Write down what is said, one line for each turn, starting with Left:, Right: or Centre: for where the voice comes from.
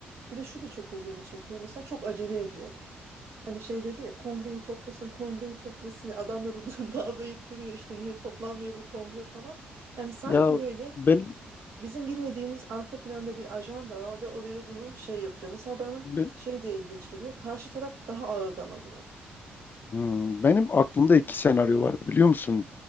Right: bir de şu da çok ilgimi çekiyor. Mesela çok acele ediyorlar. Hani şey dedi ya kongreyi toplasın, kongreyi toplasın. Adamla da <laughs> dağlayıp duruyor işte niye toplanmıyor bu kongre falan. Yani sanki
Left: Ya
Right: böyle
Left: ben,
Right: bizim bilmediğimiz arka planda bir ajanda var ve oraya bunu şey yapıyor. Mesela bana
Left: ben
Right: şey de ilginç geliyor. Karşı taraf daha ağırdan alıyor.
Left: Hmm, Benim aklımda iki senaryo var biliyor musun?